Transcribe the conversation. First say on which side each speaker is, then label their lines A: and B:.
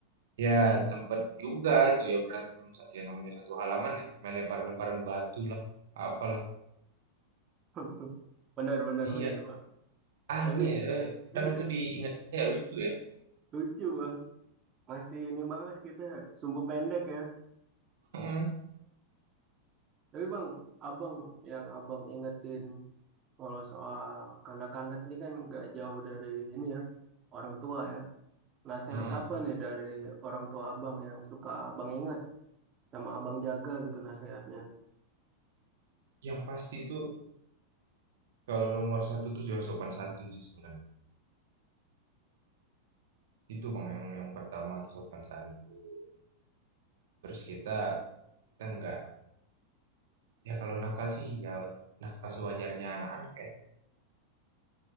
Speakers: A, on the right; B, on the right.
A: Ya, sempet juga itu ya berantem, sa- ya namanya satu halaman ya, main lempar-lemparan batu lah, apalah.
B: <laughs> benar benar
A: Iya,
B: benar bang.
A: aneh,
B: Tapi
A: eh, kadang
B: iya
A: tuh diingat-ingat ya lucu ya.
B: lucu bang, masih ini banget kita sumbu pendek ya.
A: Hmm.
B: Tapi bang, abang yang abang ingetin kalau soal kanak-kanak ini kan nggak jauh dari ini ya, orang tua ya. Nasihat
A: Heeh.
B: apa nih dari orang tua abang yang suka abang inget sama abang jaga gitu nasihatnya?
A: Yang pasti itu kalau nomor satu tuh ya sopan santun sih sebenarnya. Itu bang yang yang pertama tuh sopan santun. Terus kita kita nggak ya kalau nakal sih ya nakal sewajarnya anak-anak ya.